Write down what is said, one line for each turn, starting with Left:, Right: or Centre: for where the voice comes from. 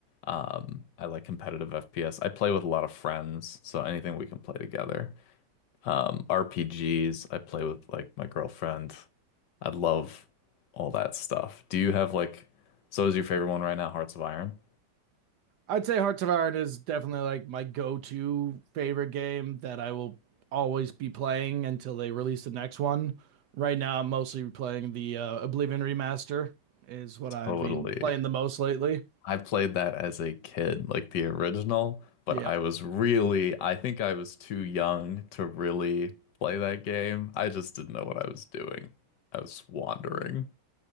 Left: Um, I like competitive FPS. I play with a lot of friends, so anything we can play together. Um, RPGs, I play with like my girlfriend. I love all that stuff. Do you have like, so is your favorite one right now, Hearts of Iron?
Right: I'd say Hearts of Iron is definitely like my go-to favorite game that I will always be playing until they release the next one. Right now, I'm mostly playing the uh, Oblivion Remaster is what I've
Left: Totally.
Right: been playing the most lately.
Left: I played that as a kid, like the original, but
Right: Yeah.
Left: I was really, I think I was too young to really play that game. I just didn't know what I was doing. I was wandering.